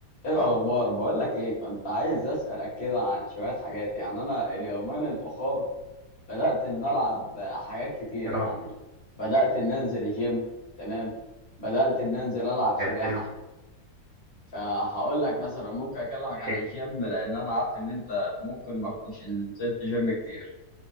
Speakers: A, on the left; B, on the right.
A: ايه الاخبار بقول لك ايه كنت عايز اسالك كده عن شويه حاجات يعني انا اليومين الاخر بدات ان العب حاجات كتيره
B: اه
A: يعني بدات ان انزل جيم تمام بدات ان انزل العب سباحه
B: حلو
A: فهقول لك مثلا ممكن اكلمك عن
B: حلو
A: الجيم لان انا عارف ان انت ممكن ما كنتش نزلت جيم كتير